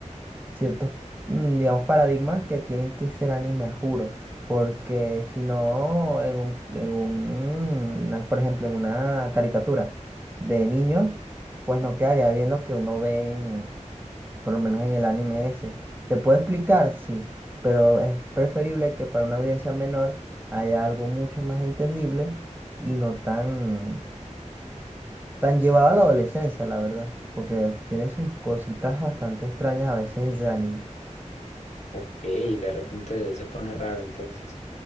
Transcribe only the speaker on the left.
Ok, de repente se pone raro entonces.